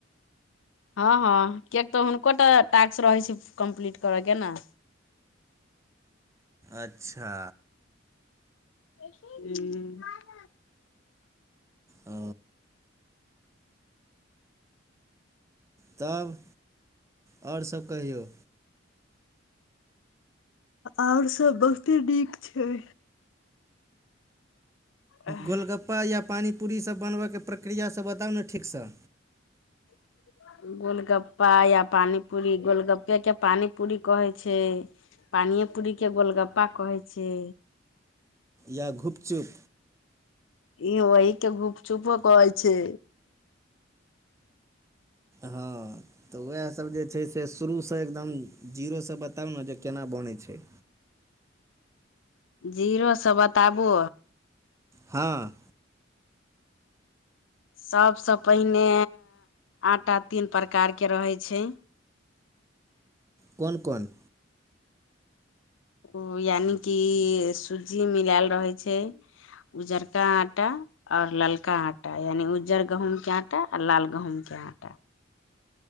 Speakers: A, on the left (about 80°); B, on the right (about 15°).
A: हँ हँ किएक तऽ हुनको टा टास्क रहै छय कम्प्लीट करैके ने
B: अच्छा
A: हूं <inaudible>
B: ओ तब आओर सब कहियौ
A: आओर सब बहुते नीक छै हूं
B: गोलगप्पा या पानीपूरीसभ बनबयके प्रक्रियासभ बताउ न ठीकसँ
A: <inaudible> गोलगप्पा या पानी पूरी गोलगप्पे के पानी पूरी कहै छै पानिये पूरीके गोलगप्पा कहै छै
B: या घुपचुप
A: ई ओहि के गुपचुपो कहै छै
B: हँ तऽ उएहसभ जे छै से शुरूसँ एकदम जीरोसँ बताउ न जे केना बनै छै
A: जीरोसँ बताबु
B: हँ
A: सबसँ पहिने आटा तीन प्रकारके रहै छै
B: कोन कोन
A: ओ यानिकि सुजी मिलायल रहै छै उजरका आटा आओर ललका आटा आय एनि उज्जर गहूँमके आटा आ लाल गहूँमके आटा